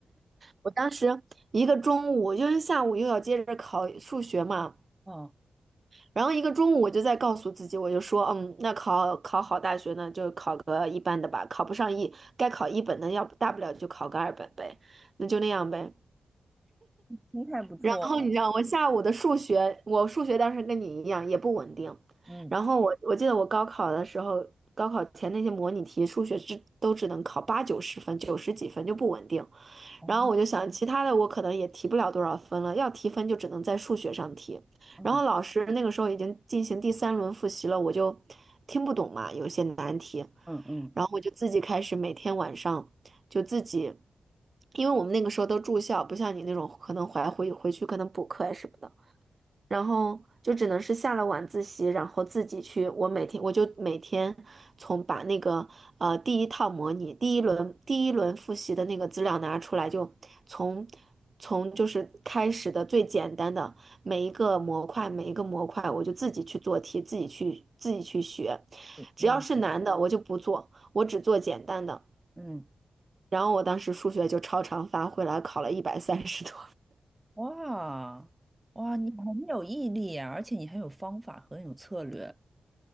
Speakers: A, on the right; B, on the right.
A: 我当时一个中午，因为下午又要接着考数学嘛，
B: 哦，
A: 然后一个中午我就在告诉自己，我就说，嗯，那考考好大学呢，就考个一般的吧，考不上一，该考一本的，要不大不了就考个二本呗，那就那样呗。
B: 心态不错哦。
A: 然后你知道，我下午的数学，我数学当时跟你一样也不稳定。
B: 嗯，
A: 然后我我记得我高考的时候，高考前那些模拟题，数学只都只能考八九十分，九十几分就不稳定。
B: 哦，
A: 然后我就想，其他的我可能也提不了多少分了，要提分就只能在数学上提。
B: 嗯
A: 然后老师那个时候已经进行第三轮复习了，我就听不懂嘛，有一些难题，
B: 嗯嗯
A: 然后我就自己开始每天晚上就自己，因为我们那个时候都住校，不像你那种可能回回回去可能补课呀什么的。然后就只能是下了晚自习，然后自己去。我每天我就每天从把那个呃第一套模拟、第一轮第一轮复习的那个资料拿出来，就从从就是开始的最简单的每一个模块，每一个模块我就自己去做题，自己去自己去学。
B: 嗯
A: 只要是难的我就不做，我只做简单的。
B: 嗯，
A: 然后我当时数学就超常发挥来考了一百三十多。
B: 哇哇，你很有毅力呀，而且你很有方法和很有策略。